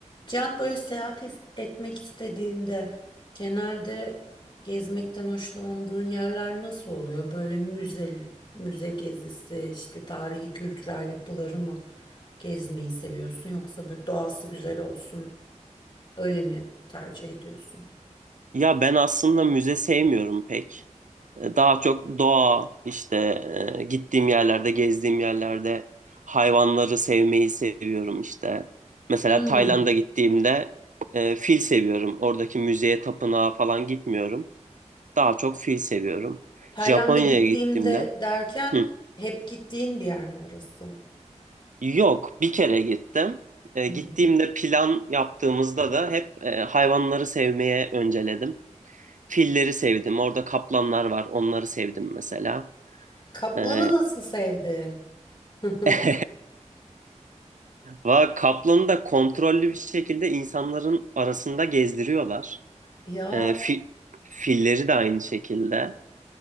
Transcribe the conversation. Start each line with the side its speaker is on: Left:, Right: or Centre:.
Left: Cihat böyle seyahat es- etmek istediğinde genelde gezmekten hoşlandığın yerler nasıl oluyor? Böyle müze, müze gezisi, işte tarihi kültürel yapıları mı gezmeyi seviyorsun yoksa böyle doğası güzel olsun öyle mi tercih ediyorsun?
Right: Ya ben aslında müze sevmiyorum pek. E, Daha çok doğa, işte e, gittiğim yerlerde, gezdiğim yerlerde hayvanları sevmeyi seviyorum işte. Mesela
Left: Hmm.
Right: Tayland'a gittiğimde e, fil seviyorum. Oradaki müzeye, tapınağa falan gitmiyorum. Daha çok fil seviyorum.
Left: Tayland'a
Right: Japonya'ya
Left: gittiğimde
Right: gittiğimde...
Left: derken
Right: Hı.
Left: hep gittiğin bir yer mi orası?
Right: Yok, bir kere gittim. E,
Left: Hı
Right: gittiğimde
Left: hı.
Right: plan yaptığımızda da hep e, hayvanları sevmeye önceledim. Filleri sevdim. Orada kaplanlar var. Onları sevdim mesela.
Left: Kaplanı
Right: Ee,
Left: nasıl sevdin? <laughs>
Right: <laughs> va- kaplanı da kontrollü bir şekilde insanların arasında gezdiriyorlar.
Left: Ya.
Right: Ee, fi- filleri de aynı şekilde.